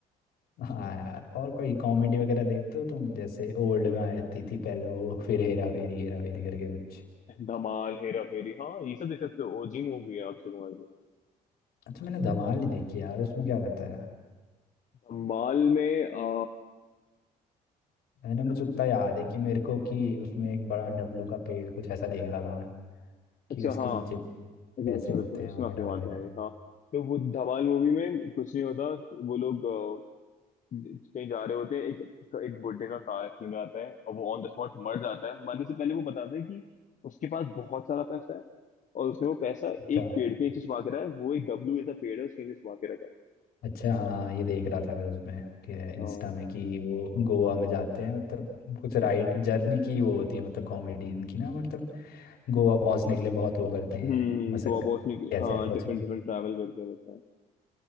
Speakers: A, on the left; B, on the left.
A: हाँ यार और कोई कॉमेडी वगैरह देखते हो तुम जैसे ओल्ड में आती थी पहले वो फिर हेरा फेरी हेरा फेरी करके कुछ
B: धमाल हेरा फेरी हाँ ये सब देख सकते हो ओजी मूवी है अक्षय कुमार की
A: अच्छा मैंने धमाल नहीं देखी यार उसमें क्या रहता है
B: धमाल में आ,
A: मैंने मुझे
B: धमाल
A: उतना याद है कि मेरे को कि उसमें एक बड़ा डब्लू का पेड़ कुछ ऐसा देख रहा था मैं कि
B: अच्छा
A: उसके
B: हाँ
A: नीचे
B: इसमें
A: पैसे होते
B: इसमें
A: हैं
B: इसमें
A: वगैरह
B: अक्षय कुमार
A: वगैरह
B: था यानी, हाँ तो वो धमाल मूवी में कुछ नहीं होता वो लोग अ, कहीं जा रहे होते हैं एक एक बुड्ढे का कार एक्सीडेंट आता है और वो ऑन द स्पॉट मर जाता है मरने से पहले वो बताता है कि उसके पास बहुत सारा पैसा है और उसने वो पैसा
A: अच्छा
B: एक पेड़ के नीचे छुपा के रखा है वो एक डब्लू जैसा पेड़ है उसके नीचे छुपा के रखा है
A: अच्छा हाँ ये देख रहा था मैं उसमें कि इंस्टा
B: और
A: में कि वो गोवा में जाते हैं मतलब कुछ राइड जर्नी की वो होती है मतलब कॉमेडी इनकी ना मतलब गोवा पहुंचने के लिए बहुत वो करते हैं
B: हम्म
A: मशक्कत
B: गोवा पहुंचने के
A: कैसे
B: हाँ
A: पहुंचे
B: डिफरेंट डिफरेंट ट्रैवल करते रहते हैं